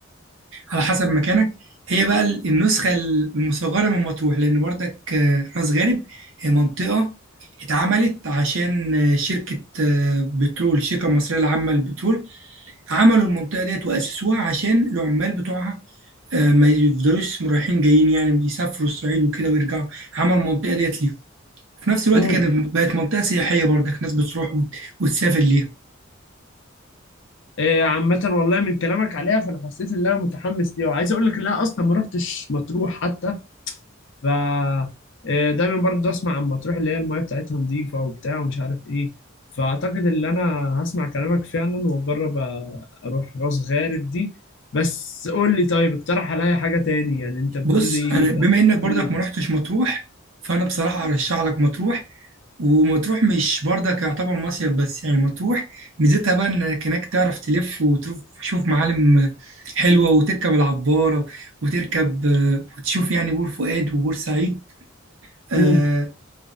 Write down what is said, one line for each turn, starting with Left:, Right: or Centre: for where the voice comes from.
Right: على حسب مكانك هي بقى ال- النسخة المصغرة من مطروح لأن برضك آه، راس غارب هي منطقة اتعملت عشان آه، شركة آه، بترول الشركة المصرية العامة للبترول عملوا المنطقة ديت وأسسوها عشان العمال بتوعها آه، ما يفضلوش رايحين جايين يعني بيسافروا الصعيد وكده ويرجعوا عملوا المنطقة ديت في نفس الوقت
Left: امم
Right: كانت بقت منطقة سياحية برضك ناس بتروح وت- وتسافر ليها
Left: آه، عامة والله من كلامك عليها فأنا حسيت إن أنا متحمس ليها وعايز أقول لك إن أنا أصلا ما رحتش مطروح حتى ف آه، دايما برضه أسمع عن مطروح اللي هي المايه بتاعتها نظيفة وبتاع ومش عارف إيه فأعتقد إن أنا هسمع كلامك فعلا وأجرب أ- أروح راس غارب دي بس قول لي طيب اقترح عليا حاجة تاني يعني أنت بتقول
Right: بص
Left: لي
Right: أنا بما
Left: يعني
Right: إنك
Left: مكان
Right: برضك
Left: إيه؟
Right: ما رحتش مطروح فأنا بصراحة أرشح لك مطروح ومطروح مش برضك يعتبر مصيف بس يعني مطروح ميزتها بقى إنك هناك تعرف تلف وتشوف معالم حلوة وتركب العبارة وتركب آه، وتشوف يعني بور فؤاد وبور سعيد آه،
Left: امم